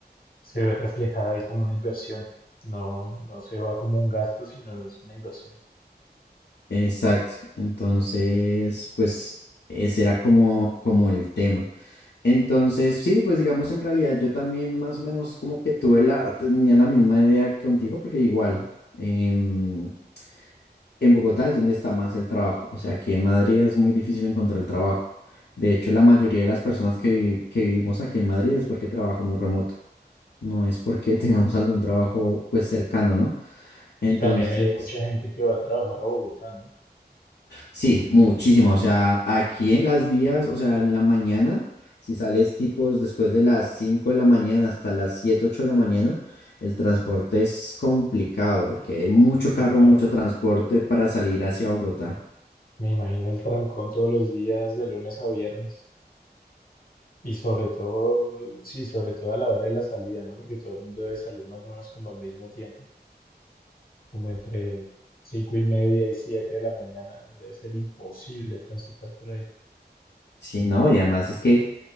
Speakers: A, on the left (about 60°); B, on the left (about 75°).
A: se ve reflejada ahí como una inversión. No, no se va como un gasto, sino es una inversión.
B: Exacto. Entonces, pues ese era como, como el tema. Entonces, sí, pues digamos, en realidad yo también más o menos como que tuve la, tenía la misma idea que contigo, porque igual em, en Bogotá es donde está más el trabajo, o sea aquí en Madrid es muy difícil encontrar el trabajo. De hecho, la mayoría de las personas que, vi- que vivimos aquí en Madrid es porque trabajamos remoto, no es porque <laughs> tengamos algún trabajo pues cercano, ¿no? Entonces,
A: Y también hay mucha gente que va a trabajar a Bogotá, ¿no?
B: Sí, muchísimo. O sea, aquí en las vías, o sea, en la mañana, si sales tipos después de las 5 de la mañana hasta las 7 8 de la mañana, el transporte es complicado porque hay mucho
A: Sí,
B: carro,
A: claro.
B: mucho transporte para salir hacia Bogotá.
A: Me imagino el trancón todos los días, de lunes a viernes. Y sobre todo, sí, sobre todo a la hora de la salida, ¿no? Porque todo el mundo debe salir más o menos como al mismo tiempo. como entre cinco y media y siete de la mañana, debe ser imposible transitar por ahí.
B: Sí, no, y además es que